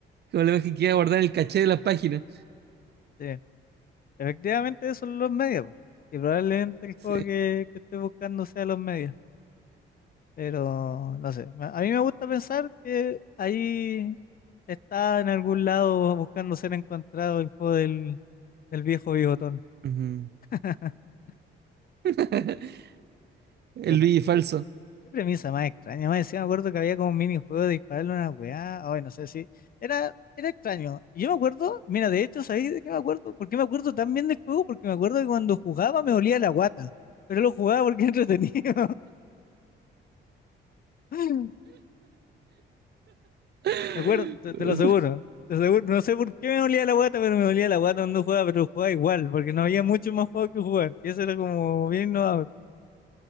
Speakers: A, on the right; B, on the left.
A: como la imagen que iba a guardar en el caché de las páginas.
B: Sí, efectivamente eso es los medios. po. Y probablemente el
A: Sí.
B: juego que, que estoy buscando sea los medios. Pero no sé, me- a mí me gusta pensar que ahí Está en algún lado buscando ser encontrado el juego del, del viejo bigotón.
A: Ujú.
B: <laughs>
A: <laughs> El
B: Qué, ra-
A: Luigi
B: qué-
A: falso.
B: qué premisa más extraña. Más decía me acuerdo que había como un minijuego de dispararle una weá. Ay, no sé si. Era, era extraño. Y yo me acuerdo, mira, de hecho, ¿sabéis de qué me acuerdo? ¿Por qué me acuerdo tan bien del juego? Porque me acuerdo que cuando jugaba me olía la guata. Pero lo jugaba porque era entretenido. <laughs>
A: <laughs>
B: ¿De acuerdo? Te, te lo aseguro. Te aseguro. No sé por qué me olía la guata, pero me olía la guata cuando jugaba, pero jugaba igual, porque no había mucho más juego que jugar. Y eso era como bien innovador.